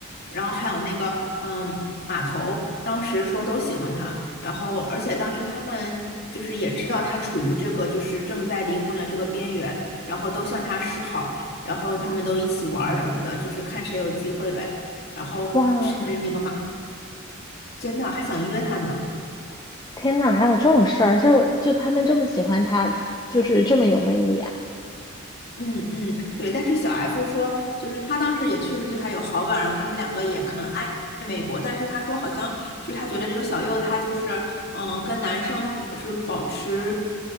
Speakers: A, on the left; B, on the left.
A: 然后还有那个嗯马头，当时说都喜欢他，然后而且当时他们就是也知道他处于这个就是正在离婚的这个边缘，然后都向他示好，然后他们都一起玩儿什么的，就是看谁有机会呗。然后甚至那个马
B: 哇，
A: 真的还想约他呢。
B: 天呐，还有这种事儿，就就他们这么喜欢他，他就是这么有魅力啊。
A: 嗯嗯，对，但是小 F 说，就是他当时也确实对他有好感，然后他们两个也可能暧暧昧过，但是他说好像就是他觉得这个小右他就是嗯、呃跟男生就是保持